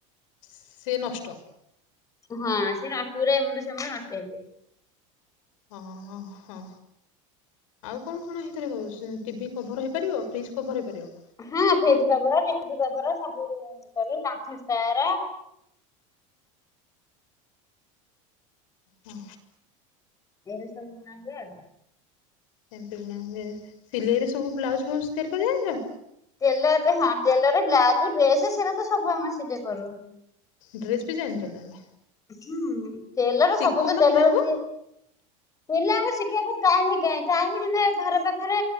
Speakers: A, on the left; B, on the left.
A: ସେ ନଷ୍ଟ।
B: ହଁ ସେ ନ ପୁରା ଏମୁଡୁ ସେମୁଡୁ ନଷ୍ଟ ହେଇଯିବ।
A: ହଁ ହଁ। ଆଉ କଣ କଣ ହେଇଥିରେ କ ଟିଭି କଭର ହେଇପାରିବ ବ୍ରିଜ୍ କଭର ହେଇପାରିବ
B: ହଁ ଫ୍ରିଜ୍ କଭର ଟିଭି କଭର ସବୁ କରି କାନ୍ଥ ସ୍କାର୍।
A: ହୁଁ।
B: ଏଇରା ସବୁ ବୁଣା ହୁଏ ଆଉ।
A: ସେମିତି ବୁଣା ହୁଏ ସିଲେଇରେ ସବୁ ବ୍ଲାଉଜ୍ ଫ୍ଲାଉଜ୍ ତିଆରି କରି ଜାଣିଚ?
B: ଟେଲରରେ ହଁ ଟେଲରରେ ବ୍ଲାଉଜ୍ ଡ୍ରେସ୍ ସେଇରାତ ସବୁ ଆମେ ସିଲେଇ କରୁ।
A: ଡ୍ରେସ ବି ଜାଣିଛ ତାହେଲେ
B: ହୁଁ ଟେଲର
A: ଶିଖଉନ
B: ସବୁତ ଟେଲର
A: ପିଲାଙ୍କୁ
B: ଯିଏ ପିଲାଙ୍କୁ ସିଖିଇବାକୁ ଟାଇମ୍ କାହିଁ ଟାଇମ୍ ହେଲେ ଘରେ ପାଖରେ